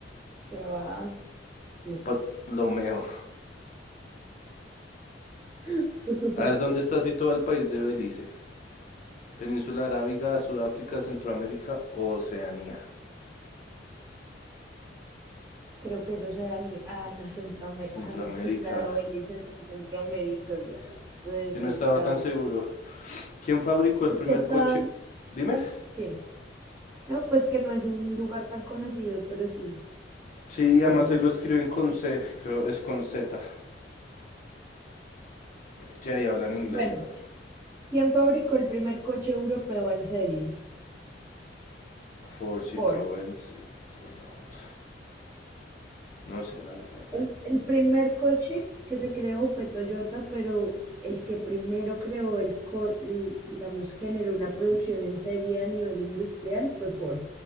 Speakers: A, on the right (about 15°); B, on the left (about 40°).
A: huevada, sí.
B: Ptolomeo.
A: <laughs>
B: A ver, ¿dónde está situado el país de Belice? Península Arábiga, Sudáfrica, Centroamérica o Oceanía.
A: Creo que eso se da ni. Ah, no, Centroamérica.
B: Centroamérica.
A: Ah, no, sí, claro, Elisa está en Centroamérica, güey. Estoy desubicada.
B: Yo no estaba tan seguro. ¿Quién fabricó el
A: Es
B: primer
A: que está,
B: coche? Dime.
A: sí, No, pues que no es un lugar tan conocido, pero sí.
B: Sí,
A: me cagué.
B: además se lo escriben con C, creo es con Z. Sí, ahí hablan inglés,
A: Bueno,
B: güey.
A: ¿quién fabricó el primer coche europeo en serie?
B: Ford, Citroën,
A: Ford.
B: Cit- Renault. No sé, la verdad.
A: El, el primer coche que se creó fue Toyota, pero el que primero creó el, co- l- digamos, generó una producción en serie a nivel industrial fue Ford.